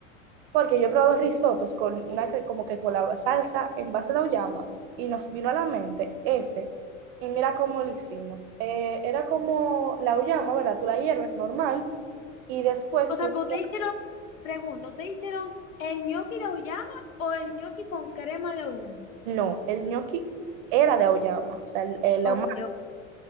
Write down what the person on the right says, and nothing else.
Porque yo he probado risotos con una que- como que con la salsa en base de auyama y nos vino a la mente ese. Y mira cómo lo hicimos. Eh, era como la auyama, ¿verdad? Tú la hierves normal y después
tú...
No, el ñoqui era de auyama, o sea, el- el- la